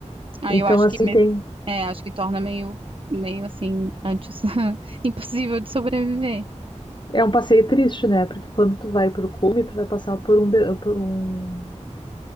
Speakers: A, on the right; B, on the left.
A: Aí
B: Então,
A: eu acho
B: assim,
A: que me-
B: tem.
A: é, acho que torna meio meio assim antes <laughs> impossível de sobreviver.
B: É, é um passeio triste, né? Porque quando tu vai pro cume, tu vai passar por um, de- por um